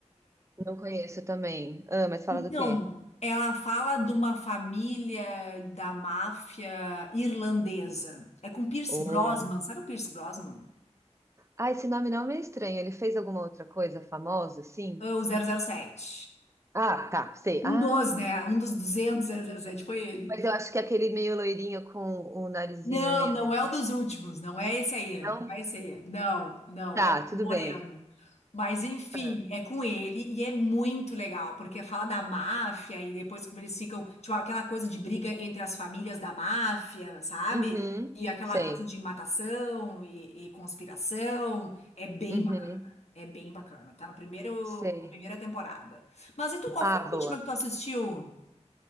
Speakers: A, on the right; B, on the left.
A: Não conheço também. Ah, mas fala
B: Então,
A: do quê?
B: ela fala de uma família da máfia irlandesa. É com Pierce
A: Oh.
B: Brosnan, sabe o Pierce Brosnan?
A: Ah, esse nome não me é estranho. Ele fez alguma outra coisa famosa? Sim.
B: É O zero zero sete,
A: Ah, tá, sei.
B: Um
A: Ah,
B: dos, né? Um dos duzentos zero zero sete foi ele.
A: Mas eu acho que aquele meio loirinho com o narizinho
B: Não,
A: meio
B: não
A: redondinho.
B: é o dos últimos, não é esse aí,
A: Não?
B: não é esse aí. Não, não,
A: Tá,
B: é o Moreno.
A: tudo bem.
B: Mas enfim,
A: Ah.
B: é com ele e é muito legal, porque fala da máfia e depois como eles ficam, tipo, aquela coisa de briga entre as famílias da máfia, sabe?
A: Uhum,
B: E aquela
A: sei.
B: coisa de matação e, e conspiração. É bem,
A: Uhum,
B: ba- é bem bacana. Tá No primeiro,
A: sei.
B: na primeira temporada. Mas e tu, qual
A: Ah,
B: foi a última
A: boa.
B: que tu assistiu?